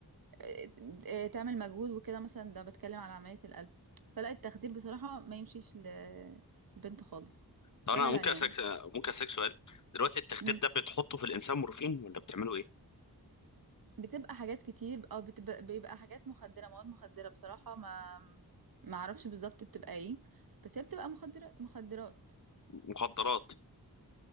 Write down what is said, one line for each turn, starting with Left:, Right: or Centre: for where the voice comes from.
Right: آه، آه، تعمل مجهود وكده مثلا ده بتكلم على عملية القلب فلا التخدير بصراحة ما يمشيش ل- للبنت خالص
Left: طب انا
Right: ولا العناية
Left: ممكن اسالك ممكن اسالك سؤال دلوقتي التخدير
Right: مم.
Left: ده بتحطه في الانسان مورفين ولا بتعمله ايه
Right: بتبقى حاجات كتير او بتبقى بيبقى حاجات مخدرة مواد مخدرة بصراحة ما ما اعرفش بالظبط بتبقى ايه بس هي بتبقى مخدرة مخدرات
Left: مخدرات